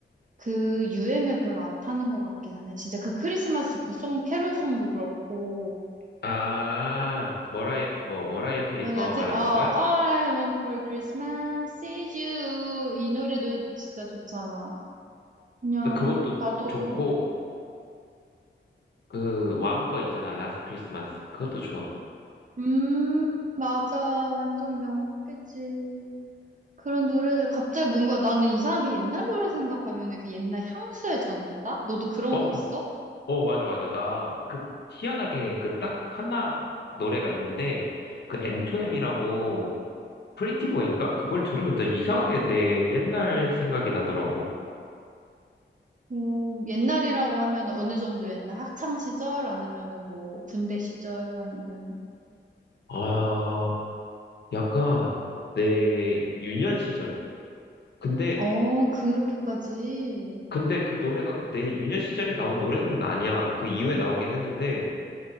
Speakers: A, on the right (about 40°); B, on the left (about 55°).
A: 그 유행을 별로 안 타는 것 같기는 해. 진짜 그 크리스마스 그 송, 캐롤송도 그렇고.
B: 아, 머라이어, 뭐, 머라이어 캐리
A: 맞아지?
B: 거 말하는
A: 어,
B: 거야?
A: All I want for Christmas is you. 이 노래도 진짜 좋잖아. 그냥,
B: 근데 그것도
A: 나도,
B: 좋고, 그, 왬 거 있잖아, 라스트 크리스마스. 그것도 좋아.
A: 음, 맞아. 완전 명곡이지. 그런 노래들, 갑자기 뭔가 나는 이상하게 옛날 노래 생각하면 그 옛날 향수에 젖는다? 너도 그런
B: 어,
A: 거 있어?
B: 어, 맞아, 맞아. 나, 그, 희한하게, 그, 딱 하나 노래가 있는데, 그, M2M이라고, 프리티보인가? 그걸 들으면 나 이상하게 내 옛날 생각이 나더라고.
A: 뭐, 옛날이라고 하면 어느 정도 옛날 학창 시절 아니면은 뭐 군대 시절 아니면
B: 아, 약간, 내 유년 시절. 근데,
A: 어, 그렇게까지
B: 근데 그 노래가 내 유년 시절에 나온 노래는 아니야. 그 이후에 나오긴 했는데,